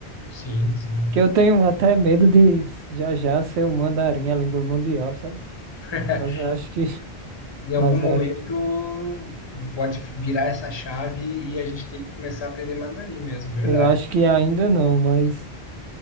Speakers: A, on the left; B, on the right.
A: Sim, sim.
B: Que eu tenho até medo de já já ser o mandarim, a língua mundial, sabe?
A: <laughs>
B: Mas eu acho que, <laughs>
A: Em algum
B: mas
A: momento
B: eu acho que,
A: pode virar essa chave e a gente tem que começar a aprender mandarim mesmo, verdade.
B: eu acho que ainda não, mas,